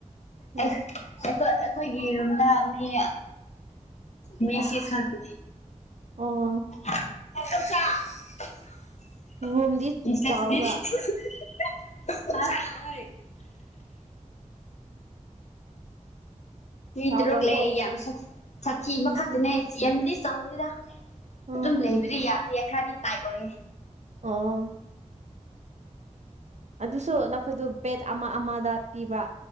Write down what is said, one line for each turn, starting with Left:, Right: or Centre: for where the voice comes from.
Right: ꯎꯝ
Left: ꯑꯩꯈꯣꯏ ꯑꯩꯈꯣꯏꯒꯤ ꯔꯝꯗ ꯃꯤ ꯃꯤꯁꯤ ꯁꯛꯇꯅꯦ
Right: ꯑꯣ
Left: <unintelligible> <inaudible> <inaudible>
Right: ꯔꯨꯝꯗꯤ
Left: ꯃꯤꯁꯁꯦꯏ
Right: ꯆꯥꯎꯕ꯭ꯔꯥ
Left: ꯅꯨꯨꯏ
Right: ꯆꯥꯎꯕ꯭ꯔꯥ
Left: ꯇꯔꯨꯛ ꯂꯩ
Right: ꯀꯣ
Left: ꯌꯥꯝ ꯁꯥꯊꯤ ꯑꯃꯈꯛꯇꯤꯅꯦ
Right: ꯎꯝ
Left: ꯌꯥꯝꯗꯤ ꯆꯥꯎꯗꯣꯏꯗ
Right: ꯎꯝ
Left: ꯑꯗꯨꯝ ꯂꯩꯕꯗꯤ ꯌꯥꯗꯌꯦ ꯈꯔꯗꯤ ꯇꯥꯏꯠ ꯑꯣꯏꯌꯦ
Right: ꯑꯥ ꯑꯗꯨꯁꯨ ꯅꯈꯣꯏꯗꯨ ꯕꯦꯠ ꯑꯃ ꯑꯃꯗ ꯄꯤꯕ꯭ꯔꯥ